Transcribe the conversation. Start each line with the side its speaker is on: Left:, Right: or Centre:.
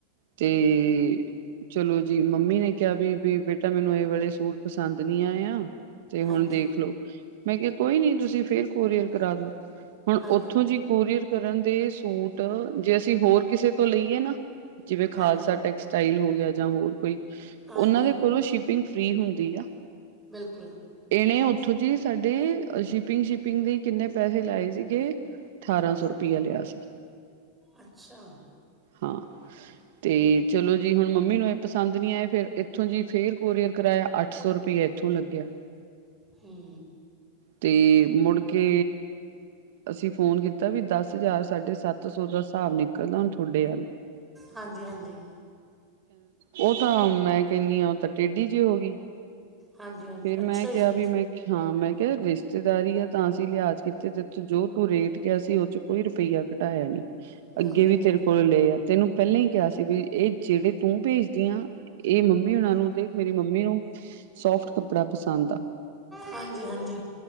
Right: ਤੇ ਚਲੋ ਜੀ ਮੰਮੀ ਨੇ ਕਿਹਾ ਵੀ ਬ ਬੇਟਾ ਮੈਨੂੰ ਇਹ ਵਾਲੇ ਸੂਟ ਪਸੰਦ ਨੀ ਆਏ ਆ। ਤੇ ਹੁਣ
Centre: ਹਾਂਜੀ
Right: ਦੇਖਲੋ, ਮੈਂ ਕਿਹਾ ਕੋਈ ਨੀ ਤੁਸੀਂ ਫੇਰ ਕੋਰੀਅਰ ਕਰਾ ਦੋ ਹੁਣ
Centre: ਹਾਂਜੀ
Right: ਉੱਥੋਂ ਜੀ ਕੋਰੀਅਰ ਕਰਨ ਦੇ ਸੂਟ ਜੇ ਅਸੀਂ ਹੋਰ ਕਿਸੇ ਤੋਂ ਲਈਏ ਨਾ। ਜਿਵੇਂ ਖਾਲਸਾ
Centre: ਹਾਂਜੀ
Right: ਟੈਕਸਟਾਈਲ ਹੋ ਗਿਆ ਜਾਂ ਹੋਰ ਕੋਈ,
Centre: ਹਾਂਜੀ
Right: ਉਹਨਾਂ ਦੇ
Centre: ਹਾਂਜੀ
Right: ਕੋਲੋਂ ਸ਼ ਪਿੰਗ ਫ੍ਰਰੀ ਹੁੰਦੀ ਆ
Centre: ਬਿਲਕੁਲ,
Right: ਇਹਨੇ ਉੱਥੋਂ ਜੀ ਸਾਡੇ ਸ਼ਿਪਿੰਗ ਸ਼ਿਪਿੰਗ ਦੇ ਕਿੰਨੇ ਪੈਸੇ ਲਾਏ ਸੀਗੇ। ਠਾਰਾਂ ਸੌ ਰੁਪਇਆ ਲਿਆ ਸੀ।
Centre: ਅੱਛਾ,
Right: ਹਾਂ,
Centre: <inaudible>
Right: ਤੇ ਚਲੋ ਜੀ ਹੁਣ ਮੰਮੀ ਨੂੰ ਇਹ ਪਸੰਦ ਨੀ ਆਏ ਫਿਰ ਇੱਥੋਂ ਜੀ ਫੇਰ ਕੋਰੀਅਰ ਕਰਾਇਆ ਅੱਠ ਸੌ ਰੁਪਈਆ ਇੱਥੋਂ ਲੱਗਿਆ।
Centre: ਹੂੰ,
Right: ਤੇ ਮੁੜ ਕੇ ਅਸੀਂ ਫੋਨ ਕੀਤਾ ਵੀ ਦਸ ਹਜ਼ਾਰ ਸਾਢੇ ਸੱਤ ਸੌ ਦਾ ਹਿਸਾਬ ਨਿਕਲਦਾ ਹੁਣ ਥੋਡੇ ਵੱਲ
Centre: ਹਾਂਜੀ-ਹਾਂਜੀ,
Right: ਉਹ ਤਾਂ ਮੈਂ ਕਹਿੰਨੀ ਆ ਉਹ ਤਾਂ ਟੇਢੀ ਜੀ ਹੋ ਗਈ।
Centre: ਹਾਂਜੀ ਹਾਂਜੀ
Right: ਫੇਰ
Centre: ਅੱਛਾ
Right: ਮੈਂ ਕਿਹਾ
Centre: ਜੀ
Right: ਵੀ ਮੈਂ ਹਾਂ ਮੈਂ ਕਿਹਾ ਰਿਸ਼ਤੇਦਾਰੀ ਆ ਤਾਂ ਅਸੀਂ ਲਿਹਾਜ ਕੀਤੇ ਤੇਥੋਂ ਜੋ ਤੂੰ ਰੇਟ ਕਿਆ ਸੀ ਉਹ ਚ ਕੋਈ ਰੁਪਈਆ ਘਟਾਇਆ ਨੀ,
Centre: ਬਿਲਕੁਲ
Right: ਅੱਗੇ ਵੀ
Centre: ਬਿਲਕੁਲ
Right: ਤੇਰੇ ਕੋਲ ਲਏ ਆ ਤੈਨੂੰ ਪਹਿਲਾਂ ਹੀ ਕਿਹਾ ਸੀ ਵੀ ਇਹ ਜਿਹੜੇ ਤੂੰ ਭੇਜਦੀ ਆ। ਇਹ ਮੰਮੀ ਹੋਣਾ ਨੂੰ ਦੇ ਮੇਰੀ ਮੰਮੀ ਨੂੰ ਸੋਫਟ ਕੱਪੜਾ ਪਸੰਦ ਆ।
Centre: ਹਾਂਜੀ-ਹਾਂਜੀ,